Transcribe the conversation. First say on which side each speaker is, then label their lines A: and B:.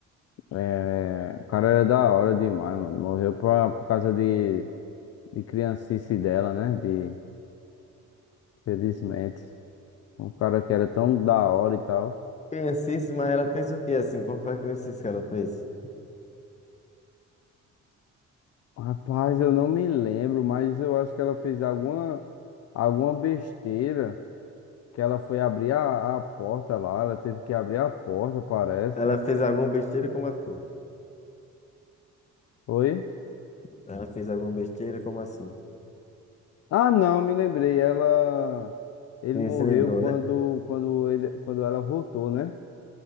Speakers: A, on the left; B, on the left.
A: É, o cara era da hora demais, mano. Morreu pra... por causa de... de criancice dela, né? De... felizmente Um cara que era tão da hora e tal.
B: Criancice, mas ela fez o quê assim? Qual foi a criancice que ela fez?
A: Rapaz, eu não me lembro, mas eu acho que ela fez alguma, alguma besteira que ela foi abrir a... a porta lá. Ela teve que abrir a porta, parece.
B: Ela fez alguma besteira, como assim?
A: Foi?
B: Ela fez alguma besteira, como assim?
A: Ah, não, me lembrei. Ela, ele
B: Sim,
A: morreu
B: se lembrou,
A: quando,
B: né?
A: quando ele, quando ela voltou, né?